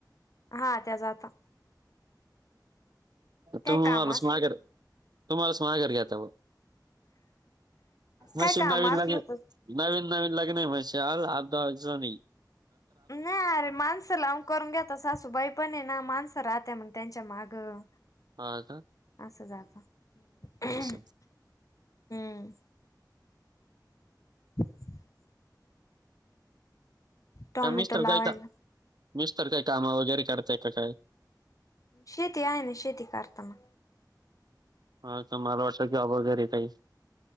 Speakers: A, on the left; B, on the right.
A: हा त्या जाता. काय
B: तुम्ही
A: काम
B: मलाच
A: असल
B: माघर,
A: तर
B: तुम्हालांच माघर घेता बो.
A: काय
B: नशीब
A: काम
B: <unintelligible> नवीन
A: असल तर
B: नवीन लग्न आहे म्हनशाल <unintelligible> जुनी
A: नाय अरे माण सं लावून करून घेता सासुबाई पण ये ना माणसं राहत्या म त्यांच्या मागं.
B: हा का
A: असं जाता. हम्म
B: असं
A: <inaudible> टॉमॅटो
B: का मिस्तर
A: लावायला
B: काय का, मिस्तर काय काम वगैरे करताय का काय?
A: शेती आहे ना, शेती करता मग.
B: हा का, मला वाटलं जॉब वगैरे काही